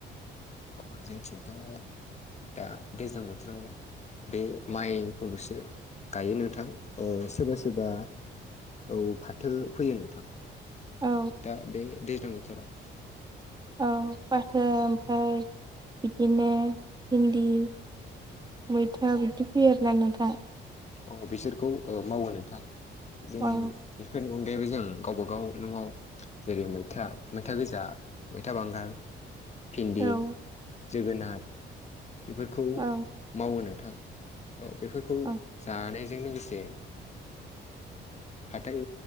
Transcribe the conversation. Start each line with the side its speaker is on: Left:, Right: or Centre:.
Left: अ जोंथिंथ दा दैज्लां बोथोराव बे माइखौलसो गायो नोंथां ओ सोरबा सोरबा औ फाथो फैयो नोंथां
Right: औ
Left: दा बे दैज्लां बोथोराव
Right: औ फाथो ओमफ्राय बिदिनो भिन्दि मैथा बिदि फैयो आरोना नोंथां
Left: औ बिसोरखौ मावो नोंथां जों
Right: औ
Left: बेफोरनो यबो जों गावबा गाव न'आव जेरै मैथा मैथा गोजा मैथा बांगाल भिन्दि
Right: औ
Left: जोगोनार बेफोरखौ
Right: औ
Left: मावो नोंथां बेफोरखौ
Right: औ
Left: जानायजों लोगोसे हाथाय